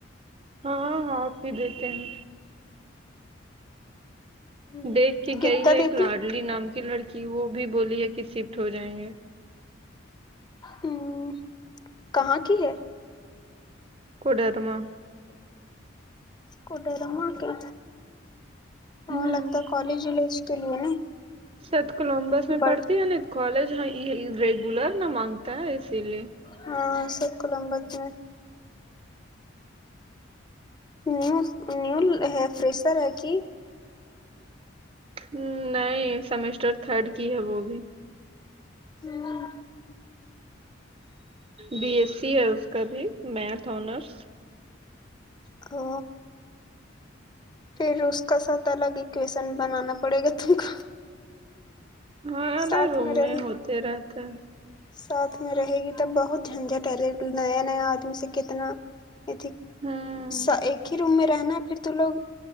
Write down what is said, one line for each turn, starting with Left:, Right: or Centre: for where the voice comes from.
Right: ہاںاں آ آپ ہی دیتے ہیں
Left: ہوں،
Right: دیکھ کے گئی
Left: کتنا
Right: ہے ایک
Left: لیتی
Right: لاڈلی نام کی لڑکی وہ بھی بولی ہے کہ شفٹ ہو جائیں گے
Left: ہ کہاں کی ہے
Right: کڈرما
Left: کڈے ر مول کے
Right: ہوں
Left: وہ لگتا ہے کالج وج کے لیے نا
Right: سرت کولمبس میں
Left: بڑ
Right: پڑھتی ہے ن کالج ہاں یہ ریگولر نہ مانگتا ہے اسی لیے
Left: ہاں ست کو للمب میں نیو نیو ہے فریشر ہے کہ
Right: ہ نہیںائ سمیسر تھرڈ کی ہب وہ بھی
Left: ہوں
Right: بی ایس سی ہے اس کا بھی میتھ آنرس
Left: ہو پھر اس کا ساتھ الگ اکویشن بنانا پڑے گا تم کو
Right: ہاں ارے
Left: ساتھ
Right: روم میں
Left: رہے
Right: ہوتے رہتے ہیں
Left: ساتھ میں رہے گی ت بہت جھنجٹہرے نیا نیا آدمی سے کتنا ا
Right: ہوں
Left: ا ایک ہی روم میں رہنا پھر تو لوگ